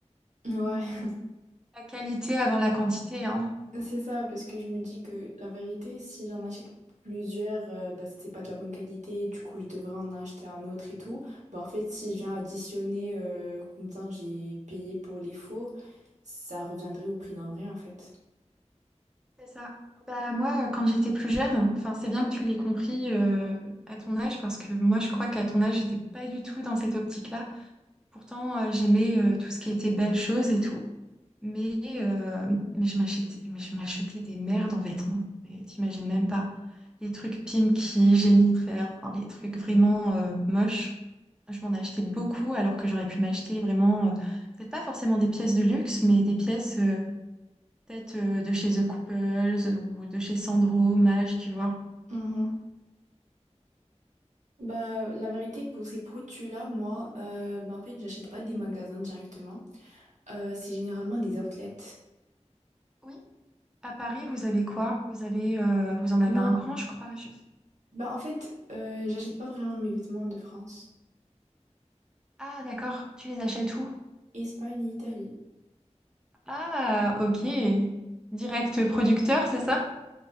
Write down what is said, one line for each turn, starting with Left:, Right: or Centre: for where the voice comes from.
Right: Ouais.
Centre: La qualité avant la quantité, hein.
Right: C'est ça, parce que je me dis que la vérité, si j'en achète plusieurs, euh, bah, c'est pas de la bonne qualité, du coup je devrais en acheter un autre et tout. Bah, en fait, si je viens additionner euh, combien j'ai payé pour les faux, ça reviendrait au prix d'un vrai en fait.
Centre: C'est ça. Bah, moi, euh, quand j'étais plus jeune, enfin, c'est bien que tu l'aies compris euh, à ton âge, parce que moi, je crois qu'à ton âge, j'étais pas du tout dans cette optique-là. Pourtant, euh, j'aimais euh, tout ce qui était belles choses et tout. Mais, euh, mais je m'achetais, mais je m'achetais des merdes en vêtements. Mais t'imagines même pas. Les trucs Pimkie, Jennifer, enfin, les trucs vraiment euh, moches. Je m'en achetais beaucoup, alors que j'aurais pu m'acheter vraiment, euh, peut-être pas forcément des pièces de luxe, mais des pièces. euh, Peut-être euh, de chez The Couples ou de chez Sandro, Mage, tu vois.
Right: Mhm. Bah, la vérité, pour ces produits-là, moi, euh, bah, en fait, j'achète pas des magasins directement. Euh, c'est généralement des outlets.
Centre: Oui. À Paris, vous avez quoi? Vous avez, euh, vous en avez
Right: Non,
Centre: un grand, je crois. je sais-
Right: bah, en fait, euh, j'achète pas vraiment mes vêtements de France,
Centre: Ah, d'accord. Tu les achètes où?
Right: Espagne et Italie.
Centre: Ah, ok. Direct producteur, c'est ça?